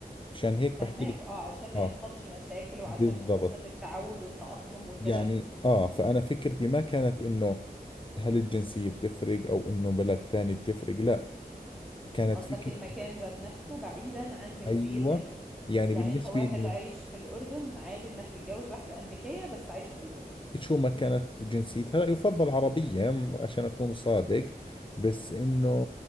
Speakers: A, on the left; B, in the centre.
A: عشان هيك
B: فهماك
A: بحكي لك
B: اه عشان ما
A: آه
B: يحصلش مشاكل وعشان
A: بالضبط
B: قصة التعود والتأقلم وكده
A: يعني اه فأنا فكرتي ما كانت انه هل الجنسية بتفرق او انه بلد ثاني بتفرق لا كانت
B: قصدك
A: فكرتي
B: المكان ذات نفسه بعيدا عن جنسيتها
A: ايوه
B: ايه
A: يعني
B: يعني
A: بالنسبة
B: انت واحد
A: لي
B: عايش في الأردن عادي انك تتجوز واحدة أمريكية بس عايشة في الأردن
A: شو ما كانت جنسيتها لا يفضل عربية م- عشان أكون صادق بس إنه